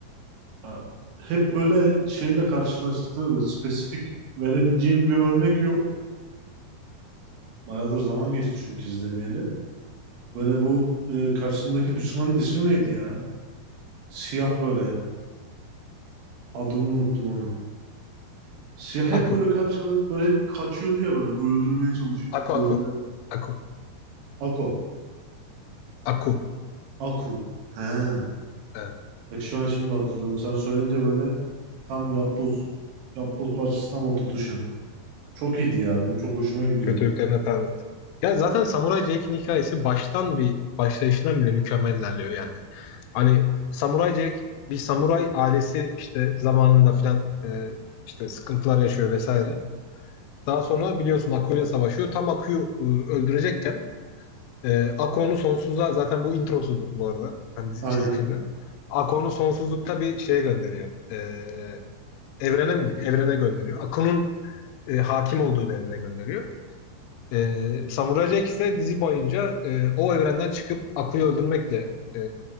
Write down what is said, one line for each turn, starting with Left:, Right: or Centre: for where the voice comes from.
Right: Ya, hep böyle şeyle karşılaştıkları böyle spesifik verebileceğim bir örnek yok. Bayağıdır zaman geçti çünkü izlemeyeli. Böyle bu e, karşındaki düşmanın ismi neydi ya? Siyah böyle. Adını unuttum onun. Siyah hep
Left: Aku.
Right: böyle karşılık böyle hep kaçıyordu ya böyle öldürmeye çalışıyordu.
Left: Aku
Right: Öldüremedi.
Left: Aku. Aku.
Right: Ako.
Left: Aku.
Right: Aku. He.
Left: Evet.
Right: Bak şu an şimdi hatırladım. Sen söyleyince böyle tam yapboz yapboz parçası tam oturdu şu an. Çok iyiydi ya. Benim çok hoşuma gidiyordu.
Left: Kötülüklerin Efendisi. Ya zaten Samuray Jack'in hikayesi baştan bir başlayışından bile mükemmel ilerliyor yani. Hani Samuray Jack bir samuray ailesi işte zamanında filan e, işte sıkıntılar yaşıyor vesaire. Daha sonra biliyorsun Aku'yla savaşıyor. Tam Aku'yu e, öldürecekken E, Ako'nun sonsuzluğa zaten bu introsudur bu arada. Hani dizi-
Right: Aynen.
Left: çizgi filmin. Ako'nun sonsuzlukta bir şeye gönderiyor. E, evrene mi diyeyim? Evrene gönderiyor. Ako'nun e, hakim olduğu bir evrene gönderiyor. E, Samurai Jack ise dizi boyunca e, o evrenden çıkıp Ako'yu öldürmekle e,